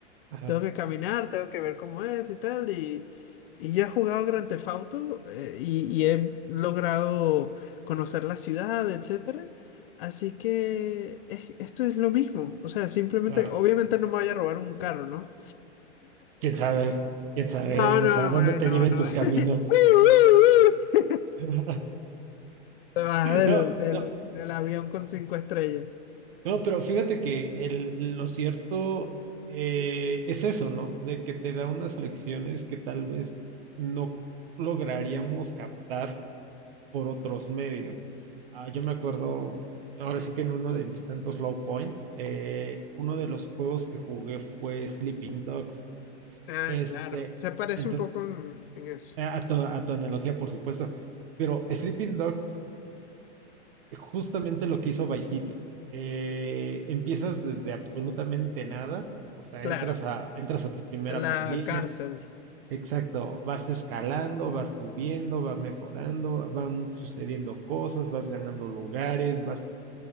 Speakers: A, on the right (about 55°); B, on the left (about 55°).
A: Ajá,
B: tengo que caminar, tengo que ver cómo es y tal, y, y yo he jugado Grand Theft Auto eh, y, y he logrado conocer la ciudad, etcétera, así que es- esto es lo mismo, o sea, simplemente,
A: claro.
B: obviamente no me voy a robar un carro, ¿no?
A: Quién sabe, quién sabe,
B: No,
A: no
B: no,
A: sé a dónde te
B: no, no,
A: lleven
B: no.
A: tus caminos.
B: <laughs>
A: <laughs>
B: Te bajas del,
A: No,
B: del,
A: no,
B: del avión con cinco estrellas.
A: no, pero fíjate que el- lo cierto eh, es eso, ¿no? De que te da unas lecciones que tal vez no lograríamos captar por otros medios. Ah, yo me acuerdo, ahora sí que en uno de mis tantos low points, eh, uno de los juegos que jugué fue Sleeping Dogs.
B: Ah,
A: Este,
B: claro. Se parece
A: entonces,
B: un poco en, en eso.
A: a a tu, a tu analogía, por supuesto, pero Sleeping Dogs. Justamente lo que hizo Vice City. Eh, empiezas desde absolutamente nada, o sea,
B: Claro.
A: entras a, entras a tu primera
B: En la
A: pandilla,
B: cárcel.
A: exacto, vas escalando, vas subiendo, vas mejorando, van sucediendo cosas, vas ganando lugares, vas,